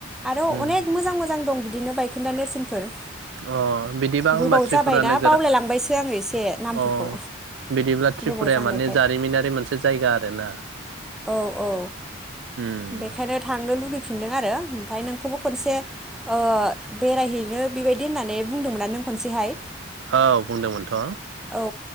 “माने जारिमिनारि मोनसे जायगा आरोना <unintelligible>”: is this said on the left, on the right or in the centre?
Right